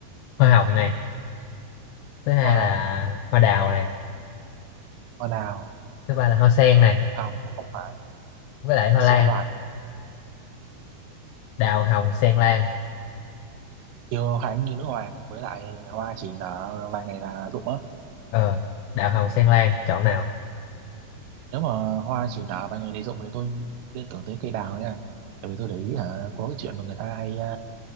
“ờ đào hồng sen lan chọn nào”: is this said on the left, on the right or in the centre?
Left